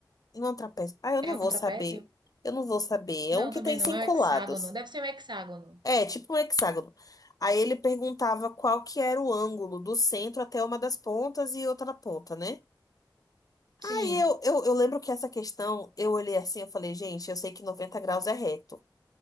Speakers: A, on the left; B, on the right.
A: Não é um trapézio. Ah, eu não
B: É um
A: vou
B: trapézio?
A: saber. Eu não vou saber.
B: Não,
A: É um que
B: também
A: tem
B: não,
A: cinco
B: é um hexágono.
A: lados.
B: Deve ser um hexágono.
A: É, tipo um hexágono. Aí ele perguntava qual que era o ângulo do centro até uma das pontas e outra na ponta, né?
B: Sim.
A: Aí eu, eu, eu lembro que essa questão, eu olhei assim, eu falei, gente, eu sei que noventa graus é reto.